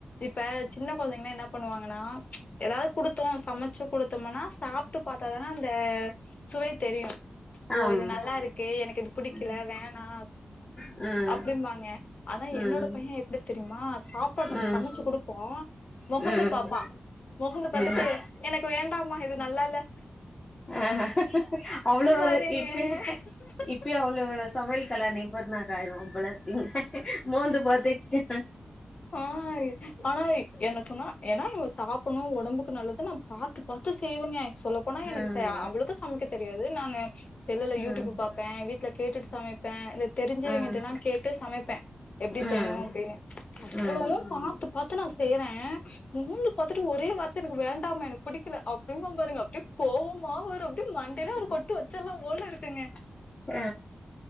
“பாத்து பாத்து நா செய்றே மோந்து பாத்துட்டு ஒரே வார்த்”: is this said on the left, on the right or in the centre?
Left